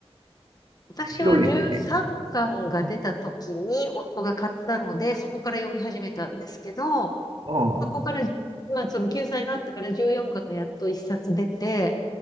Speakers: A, on the left; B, on the right.
A: 私は13巻が出た時に夫が買ったので、
B: 面白いですよね。
A: そこから読み始めたんですけど、
B: うん、うん、
A: そこから、
B: あ
A: まあその救済があったから14巻がやっと1冊出て、